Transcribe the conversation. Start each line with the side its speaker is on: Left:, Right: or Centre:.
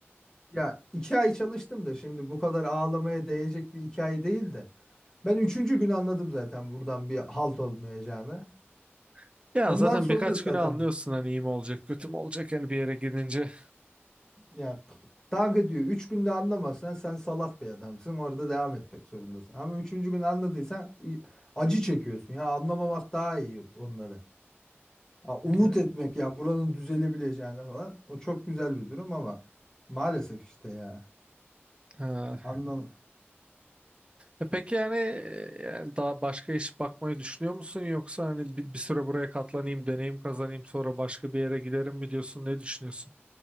Left: Ya iki ay çalıştım da şimdi bu kadar ağlamaya değecek bir hikaye değil de. Ben üçüncü gün anladım zaten buradan bir halt olmayacağını.
Right: <laughs> Ya
Left: Ondan
Right: zaten
Left: sonra
Right: birkaç güne
Left: zaten
Right: anlıyorsun hani iyi mi olacak kötü mü olacak yani bir yere gidince.
Left: ya dank ediyor. Üç günde anlamazsan sen salak bir adamsın. Orada devam etmek zorundasın. Ama üçüncü gün anladıysan i- acı çekiyorsun. Ya anlamamak daha iyi onları. Ya umut
Right: Evet.
Left: etmek ya buranın düzelebileceğine falan. O çok güzel bir durum ama maalesef işte ya.
Right: Ha.
Left: Anlam.
Right: E peki yani, e, yani daha başka iş bakmayı düşünüyor musun yoksa hani bir, bir süre buraya katlanayım, deneyim kazanayım sonra başka bir yere giderim mi diyorsun? Ne düşünüyorsun?